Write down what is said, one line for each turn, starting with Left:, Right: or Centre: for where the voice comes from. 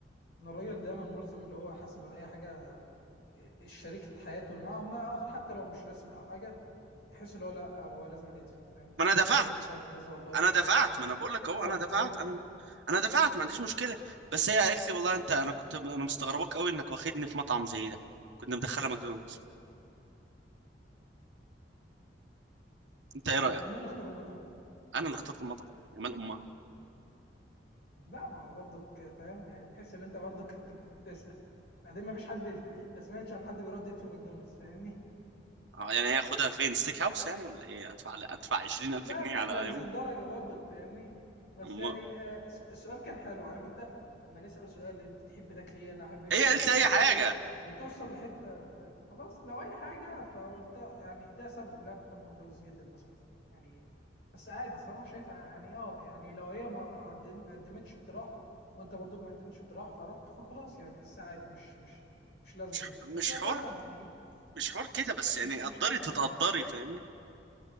Left: ان الراجل دايما ملزم اللي هو حاسب على اي حاجة إيه، شريكة حياته مع ما اخر حتى لو مش رسمي او حاجة تحس اللي هو لا هو لازم يدفع فاهم
Right: ما انا دفعت
Left: هي نفسها في كذا والله طلبتها
Right: انا دفعت
Left: بتاع
Right: ما انا بقول لك اهو
Left: اه
Right: انا دفعت
Left: هي دي الفكرة
Right: انا انا دفعت ما عنديش مشكله بس هي قالت لي والله انت انا كنت انا مستغرباك قوي انك واخدني في مطعم زي ده كنا مدخله ماكدونالدز انت ايه
Left: هو
Right: رايك
Left: مين اللي اختار المطعم؟
Right: انا اللي اخترت المطعم يا مال امها
Left: لا ما برضك فاهم يعني تحس ان انت برضك كنت محتاج تسأل بعدين ما فيش حد <laughs> ما سمعتش عن حد بيرد يدفع في ماكدونالدز فاهمني
Right: آه، يعني هي خدها فين ستيك هاوس يعني ولا ايه ادفع ادفع 20000
Left: لا
Right: جنيه
Left: مش
Right: على
Left: لهذه
Right: يوم
Left: الدرجة برضك فاهمني بس
Right: امها
Left: يعني آه، س- السؤال كان حلو عارف انت لما نسأل سؤال انت تحب تاكل ايه انا احب اكل
Right: هي
Left: ايه
Right: قالت
Left: طب
Right: لي اي
Left: نختار
Right: حاجه
Left: ايه وتوصل لحتة بتاع- خلاص لو اي حاجة فقلت يعني ده سبب اللي انا بحب ماكدونالدز جدا مثلا يعني بس عادي صراحة شايفها يعني اه يعني لو هي ما قدم- ما قدمتش اقتراح وانت برضك ما قدمتش اقتراح فرحت فخلاص يعني حاسسها عادي مش مش مش لازما
Right: مش
Left: يعني بس
Right: مش
Left: هي
Right: حوار
Left: فعلا يعني ايه
Right: مش حوار كده بس يعني
Left: مش
Right: قدري
Left: مش حاجة كبيرة
Right: تتقدري
Left: يعني
Right: فاهمني